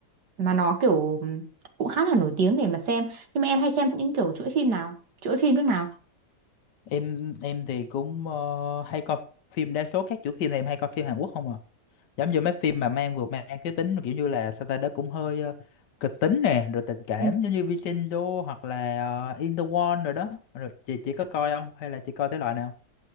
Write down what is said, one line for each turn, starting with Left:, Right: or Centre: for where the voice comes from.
Right: mà nó kiểu ừm, cũng khá là nổi tiếng để mà xem. Nhưng mà em hay xem những kiểu chuỗi phim nào? chuỗi phim nước nào
Left: em em thì cũng ờ, hay coi phim đa số các chủ phim thì em hay coi phim Hàn Quốc không à giống như mấy phim mà mang vừa mang cái tính kiểu như là sao ta đó cũng hơi ờ, kịch tính nè rồi tình cảm
Right: ừ.
Left: giống như Vincenzo hoặc là ờ, In the Wall rồi đó rồi chị chị có coi không hay là chị coi thể loại nào